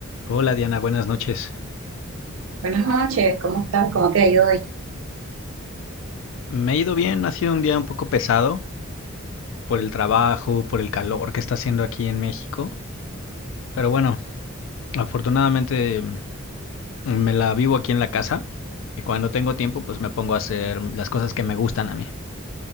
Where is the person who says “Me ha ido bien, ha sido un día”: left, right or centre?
Left